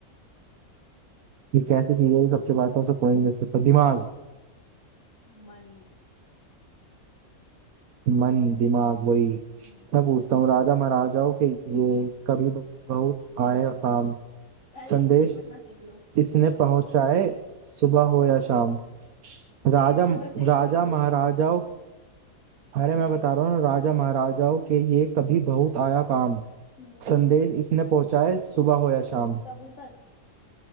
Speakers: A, on the right (about 85°); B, on the left (about 65°).
A: ये कैसी चीज है जो सबके पास है उसे कोई नहीं दे सकता दिमाग
B: मन
A: मन दिमाग वही
B: हम्म
A: मैं पूछता हूँ राजा महाराजाओं के ये कभी बहुत आए काम
B: पहले
A: संदेश
B: हिंदी पढ़ना सीख लो
A: इसने पहुंचाए सुबह हो या शाम राजा
B: चेंज करो चेंज
A: राजा
B: करो
A: महाराजाओं अरे मैं बता रहा हूँ ना, राजा महाराजाओं के ये कभी बहुत आया काम
B: हम्म
A: संदेश इसने पहुंचाए सुबह हो या शाम
B: कबूतर